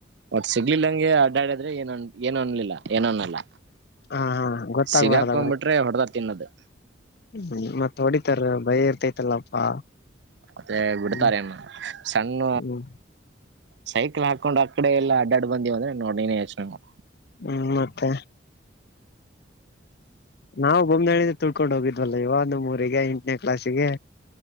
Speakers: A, on the right; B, on the left.
A: ಒಟ್ ಸಿಗ್ಲಿಲ್ಲಂಗೆ ಅಡಡ್ಡಿದ್ರೆ ಏನನ್ ಏನ್ ಅನ್ಲಿಲ್ಲ ಏನ ಅನ್ನಲ್ಲ.
B: ಹಾ ಹಾ ಗೊತ್ತಾಗ್ಬಾರ್ದ
A: ಸಿಗಾಕೊಬಿಟ್ರೆ ಹೊಡೆದ ತಿನ್ನದು.
B: ಹ್ಮ ಮತ್ತ್ ಹೊಡಿತಾರ ಭಯ ಇರ್ತೈತಲ್ಲಪ್ಪಾ.
A: ಮತ್ತೆ ಬಿಡ್ತಾರೆನು
B: ಹ್ಮ್
A: ಸಣ್ಣ
B: ಹ್ಮ್
A: ಸೈಕ್ಲ್ ಹಾಕೊಂಡ್ ಆಕಡೆ ಎಲ್ಲ ಅಡ್ಡಡ್ ಬಂದ್ವಿ ಅಂದ್ರೆ ನೋಡ್ ನೀನೆ ಯೋಚನೆ ಮಾಡೋ
B: ಹ್ಮ್ ಮತ್ತೆ ನಾವು ಬೊಮ್ಮೆಳಿದ ತಿಳ್ಕೊಂಡು ಹೋಗಿದ್ವಲ್ಲ ಇವಾಗಂದು ಹುರಿಗೆ ಎಂಟನೇ ಕ್ಲಾಸಿಗೆ